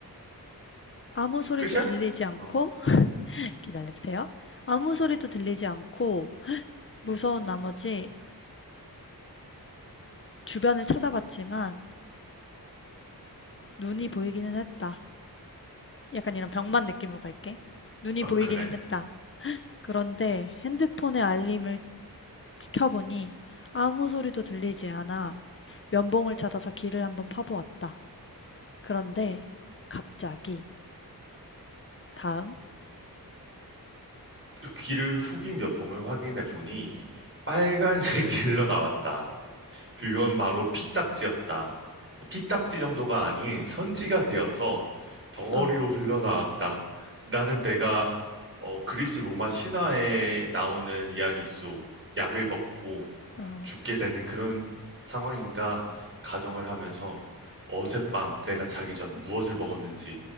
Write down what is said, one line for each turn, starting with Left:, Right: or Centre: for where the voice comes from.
Left: 아무 소리도
Right: 끝이야?
Left: 들리지 않고,
Right: 어,
Left: <laughs> 기다려보세요. 아무 소리도 들리지 않고, 무서운 나머지 주변을 찾아봤지만, 눈이 보이기는 했다. 약간 이런 병만 느낌으로 갈게. 눈이
Right: 어,
Left: 보이기는
Right: 그래.
Left: 했다. 그런데 핸드폰의 알림을 켜보니 아무 소리도 들리지 않아 면봉을 찾아서 귀를 한번 파보았다. 그런데 갑자기 다음
Right: 귀를 후빈 면봉을 확인해 보니 빨간색이 <laughs> 흘러나왔다. 그건 바로 피딱지였다. 피딱지 정도가 아닌 선지가 되어서 덩어리로
Left: 어.
Right: 흘러나왔다. 나는 내가 어, 그리스 로마 신화에 나오는 이야기 속 약을 먹고
Left: 어,
Right: 죽게 되는 그런 상황인가 가정을 하면서 어젯밤 내가 자기 전 무엇을 먹었는지